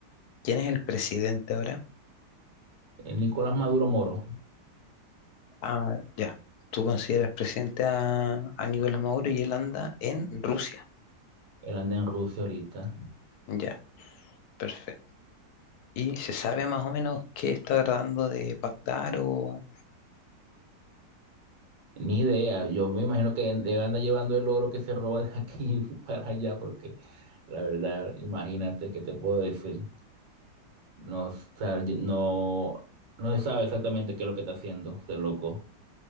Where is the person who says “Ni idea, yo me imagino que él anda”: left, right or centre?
Right